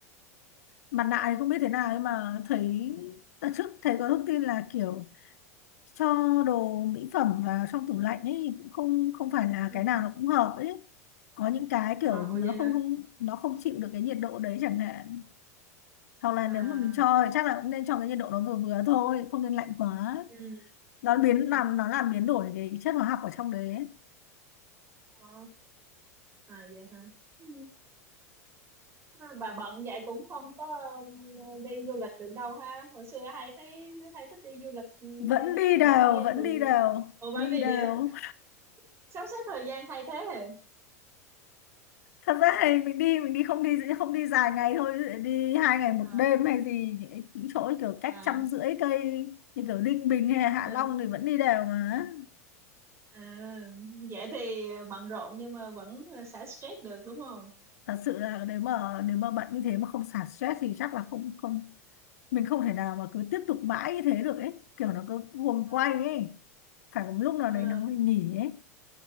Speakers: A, on the left; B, on the right.
A: mặt nạ thì không biết thế nào nhưng mà thấy đợt trước thấy có thông tin là kiểu cho đồ mỹ phẩm vào trong tủ lạnh ấy thì cũng không không phải là
B: ừ
A: cái nào nó cũng hợp ấy có những cái
B: à,
A: kiểu
B: ủa
A: nó
B: vậy hả
A: không không nó không chịu được cái nhiệt độ đấy chẳng hạn hoặc là
B: à
A: nếu mà mình cho thì chắc là cũng nên cho cái nhiệt độ nó vừa vừa thôi không nên lạnh quá
B: ừ
A: nó biến
B: ừ.
A: làm nó làm biến đổi cái chất hóa học ở trong đấy ấy.
B: Ồ. à vậy hả ừ. À, bà bận vậy cũng không có ừ, đi du lịch được đâu ha hồi xưa hay thấy hay thích đi du lịch ừ,
A: vẫn
B: đi nước
A: đi
B: này
A: đều
B: nước kia
A: vẫn
B: nhiều
A: đi đều
B: ủa vẫn
A: đi
B: đi
A: đều
B: đều <laughs> sắp xếp thời gian hay thế
A: thật ra thì mình đi mình đi không đi không đi dài ngày thôi ví dụ đi hai ngày một
B: à
A: đêm hay gì những, những chỗ kiểu cách
B: à
A: trăm rưỡi cây như kiểu Ninh Bình hay Hạ
B: à,
A: Long thì vẫn đi đều mà
B: à. vậy thì bận rộn nhưng mà vẫn xả stress được đúng không
A: thật sự là nếu mà nếu mà bận như thế mà không xả stress thì chắc là không không mình không thể nào mà cứ tiếp tục mãi như thế được ấy kiểu nó cứ guồng
B: ờ
A: quay ấy phải có một lúc nào
B: ờ
A: đấy nó mới nghỉ ấy